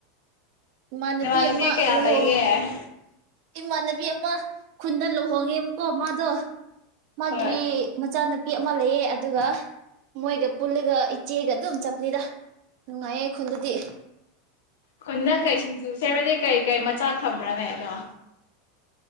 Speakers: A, on the right (about 55°); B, on the left (about 80°).
A: ꯏꯃꯥꯟꯅꯕꯤ
B: ꯅꯃꯥꯟꯅꯕꯤ
A: ꯑꯃ
B: ꯀꯌꯥ
A: ꯂꯨꯍꯣꯡ
B: ꯂꯩꯒꯦ
A: ꯏꯃꯥꯟꯅꯕꯤ ꯑꯃ ꯈꯨꯟꯗꯨ ꯍꯣꯡꯉꯦꯕꯀꯣ ꯃꯗꯣ ꯃꯥꯒꯤ
B: ꯍꯣꯏ
A: ꯃꯆꯥꯅꯨꯄꯤ ꯃꯥ ꯂꯩꯌꯦꯦ ꯑꯗꯨꯒ ꯃꯣꯏꯒ ꯄꯨꯜꯂꯒ ꯏꯆꯦꯒ ꯑꯗꯨꯝ ꯆꯞꯄꯅꯤꯗ ꯅꯨꯡꯉꯥꯏꯌꯦ ꯈꯨꯟꯗꯗꯤ꯫
B: ꯈꯨꯟꯅ ꯀꯩ <unintelligible> ꯀꯩ ꯀꯩ ꯃꯆꯥꯛ ꯊꯝꯕ꯭ꯔꯅꯦ ꯑꯗꯣ